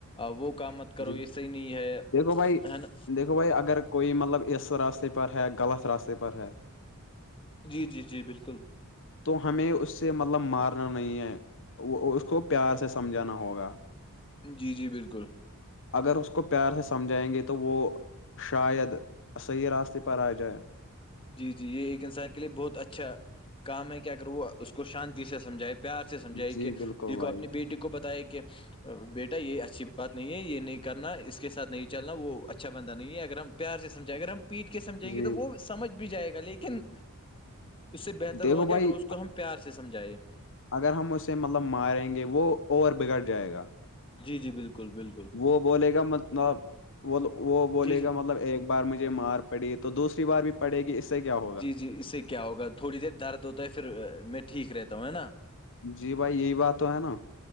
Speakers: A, on the left (about 25°); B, on the left (about 60°).
A: وہ کا مت کرو
B: جی
A: یہ صحیح نہیں ہے
B: دیکھو بھائی
A: ہے نا
B: دیکھو بھائی اگر کوئی مطلب اس راستے پر ہے غلط راستے پر ہے
A: جی جی جی بالکل
B: تو ہمیں اس سے مطلب مارنا نہیں ہے وہ اس کو پیار سے سمجھانا ہوگا
A: جی جی بالکل
B: اگر اس کو پیار سے سمجھائیں گے تو وہ شاید صحیح راستے پر آ جائے
A: جی جی یہ ایک انسان کے لیے بہت اچھا کام ہے کہ اگر وہ اس کو شانتی سے سمجھائے پیار سے سمجھائی
B: جی
A: کہ
B: بالکل
A: دیکھو
B: بھائی
A: اپنی بیٹی کو بتایا کہ بیٹا یہ اچھی بات نہیں ہے یہ نہیں کرنا اس کے ساتھ نہیں چلنا وہ اچھا بندہ نہیں ہے اگر ہم پیار سے سمجھائے اگر ہم پیٹ کے سمجھیں
B: جی
A: گے تو وہ سمجھ بھی جائے گا لیکن اس سے بہتر
B: دیکھو
A: ہوا کہ
B: بھائی
A: اگر اس کو ہم پیار سے سمجھائے
B: اگر ہم اسے مطلب ماریں گے وہ اورو بگڑ جائے گا
A: جی جی بالکل بالکل
B: وہ بولے گا م وہ بولے
A: جی جی
B: گا مطلب ایک <inaudible> بار مجھے مار پڑی تو دوسری بار بھی پڑے گی اس سے کیا ہو
A: جی جی اس سے کیا ہوگا تھوڑی دیر درد ہوتا ہے پھر میں ٹھیک رہتا ہوں ہے نا
B: جی بھائی یہی بات تو ہے نا